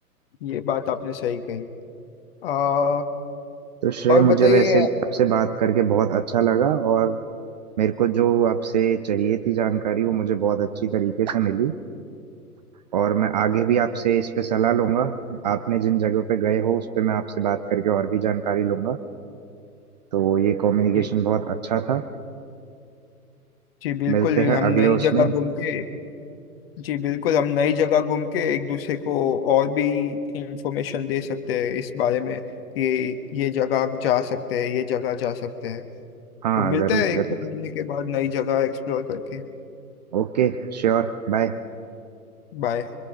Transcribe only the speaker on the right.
तो श्रेय
मुझे
वैसे भी आपसे बात करके बहुत अच्छा लगा और मेरे को जो आपसे चाहिए थी जानकारी वो मुझे बहुत अच्छी तरीके से मिली और मैं आगे भी आपसे इस पे सलाह लूंगा आपने जिन जगहों पे गए हो उस पे मैं आपसे बात करके और भी जानकारी लूंगा तो ये कम्युनिकेशन
बहुत अच्छा था
मिलते हैं
अगले
उसमें
हाँ
जरूर
जरूर
ओके Sure bye